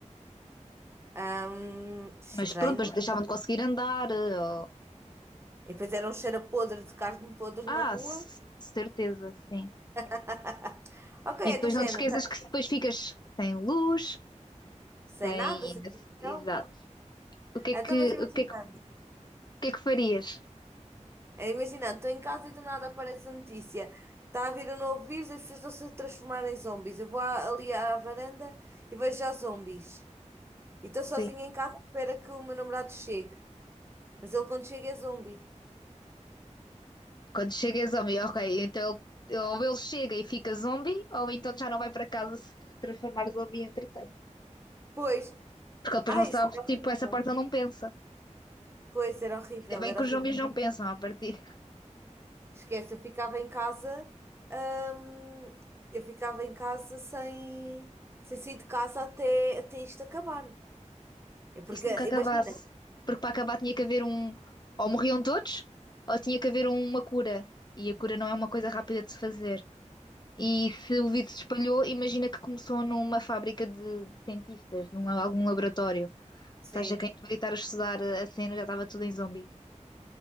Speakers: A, on the right; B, on the left.
A: Ahm, estranho.
B: Mas pronto, depois deixavam de conseguir andar. eh, ou-
A: E depois era um cheiro a podre de carne podre
B: Ah,
A: na rua.
B: c- certeza, sim.
A: <laughs> Ok,
B: E
A: é
B: depois
A: do género.
B: não te esqueças
A: tá-
B: que depois ficas sem luz,
A: Sem
B: sem.
A: nada, sem televisão.
B: Exato. o que é
A: Então,
B: que,
A: mas imaginando,
B: o que é que, o que é que farias?
A: é, imaginando, estou em casa e do nada aparece a notícia. Está a vir um novo vírus, as pessoas estão-se a transformar em zombies. Eu vou à- ali à varanda e vejo já zombies. E estou
B: Sim.
A: sozinha em casa à espera que o meu namorado chegue. Mas ele quando chega é zombie.
B: Quando chega zombie, ok, então ele- ou ele chega e fica zombie, ou então já não vai para casa se transformar zombie entretanto.
A: Pois,
B: Porque ele depois
A: ai,
B: não sabe,
A: isso era
B: tipo,
A: horrível.
B: essa parte ele não pensa.
A: Pois, era horrível,
B: Ainda bem
A: era
B: que os
A: horrível.
B: zombies não pensam a partir. <laughs>
A: Esquece, eu ficava em casa, hum, eu ficava em casa sem, sem sair de casa até, até isto acabar. É porque,
B: Isso nunca acabasse.
A: imagina,
B: Porque para acabar tinha que haver um. Ou morriam todos, ou tinha que haver uma cura. E a cura não é uma coisa rápida de se fazer. E se o vírus se espalhou, imagina que começou numa fábrica de, de cientistas, num algum laboratório.
A: sim.
B: Ou seja, quem devia estar a estudar a cena já estava tudo em zombi.